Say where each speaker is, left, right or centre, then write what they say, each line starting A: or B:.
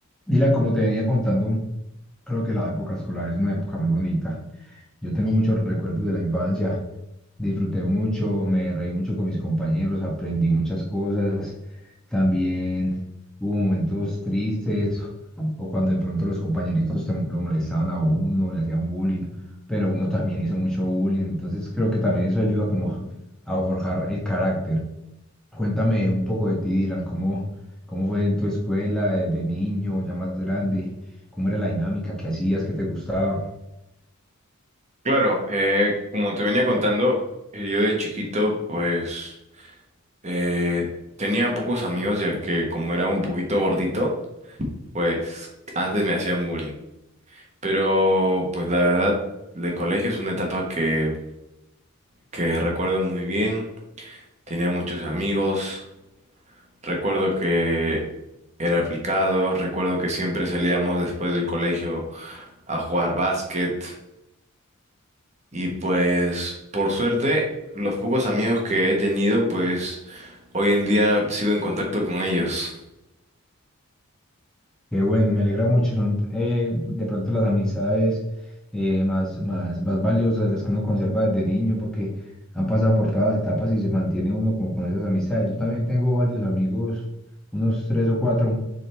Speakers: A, in the centre; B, on the right.
A: Dylan, como te venía contando, creo que la época escolar es una época muy bonita. Yo tengo muchos recuerdos de la infancia, disfruté mucho, me reí mucho con mis compañeros, aprendí muchas cosas. También hubo momentos tristes o cuando de pronto los compañeritos te- lo molestaban a uno, le hacían bullying, pero uno también hizo mucho bullying. Entonces creo que también eso ayuda como a forjar el carácter. Cuéntame un poco de ti, Dylan, cómo, cómo fue en tu escuela de, de niño, ya más grande, cómo era la dinámica, qué hacías, qué te gustaba.
B: Claro, eh, como te venía contando, eh, yo de chiquito pues eh, tenía pocos amigos ya que como era un poquito gordito, pues antes me hacían bullying. Pero pues la verdad, el colegio es una etapa que, que recuerdo muy bien, tenía muchos amigos, recuerdo que era aplicado, recuerdo que siempre salíamos después del colegio a jugar básquet. Y pues, por suerte, los pocos amigos que he tenido, pues hoy en día sigo en contacto con ellos.
A: Qué bueno, me alegra mucho, son eh, de pronto las amistades eh, más, más, más valiosas, las que uno conserva desde niño, porque han pasado por todas las etapas y se mantiene uno como con esas amistades. Yo también tengo varios amigos, unos tres o cuatro,